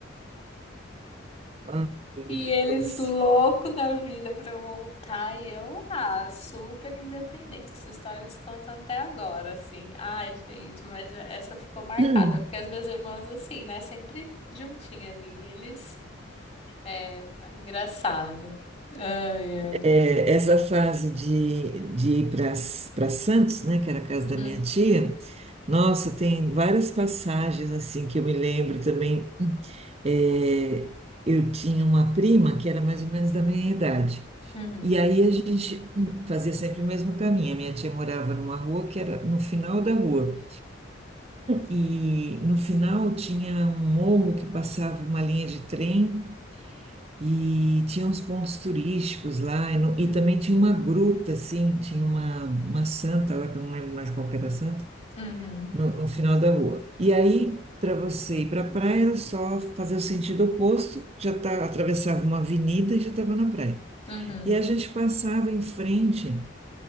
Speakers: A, on the right; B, on the left.
A: Ai, meu
B: E
A: Deus.
B: eles louco da vida pra eu voltar e eu lá, super independente. Essa história eles contam até agora, assim. Ai, gente, mas essa ficou marcada,
A: <clears throat>
B: porque as minhas irmãs, assim, né, sempre juntinha ali. E eles, é, engraçado. Ai, ai.
A: É, essa fase de, de ir para Santos, né, que era a casa
B: Uhum,
A: da minha tia, nossa, tem várias passagens assim que eu me lembro também. É, eu tinha uma prima que era mais ou menos da minha idade.
B: uhum,
A: E aí a gente fazia sempre o mesmo caminho. A minha tia morava numa rua que era no final da rua. E no final tinha um morro que passava uma linha de trem. E tinha uns pontos turísticos lá, e, no-
B: uhum,
A: e também tinha uma gruta, assim, tinha uma, uma santa lá, que eu não lembro mais qual que era a santa,
B: uhum,
A: no, no final da rua. E aí, para você ir para a praia, era só fazer o sentido oposto, já tá, atravessava uma avenida e já estava na praia.
B: uhum.
A: E a gente passava em frente